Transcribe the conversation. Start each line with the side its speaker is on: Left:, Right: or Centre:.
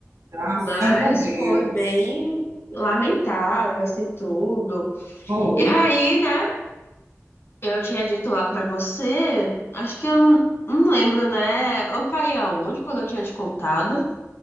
Right: graças
Left: mas
Right: a Deus.
Left: foi bem lamentável, assim, tudo.
Right: Foi.
Left: E aí, né, eu tinha dito lá pra você, acho que eu não não lembro, né? Eu parei aonde quando eu tinha te contado?